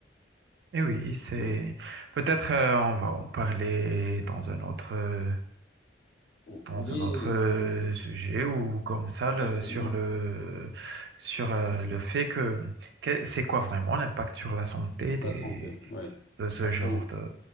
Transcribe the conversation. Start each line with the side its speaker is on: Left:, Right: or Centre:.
Right: Et oui, c'est...
Left: oui,
Right: Peut-être euh, on va en parler dans un autre... euh,
Left: Ou-
Right: dans
Left: oui,
Right: un autre euh, sujet ou comme ça le-
Left: absolument.
Right: sur le sur euh, le fait que, que- c'est quoi vraiment l'impact sur la santé des
Left: La santé, oui,
Right: de ce
Left: absolument.
Right: genre de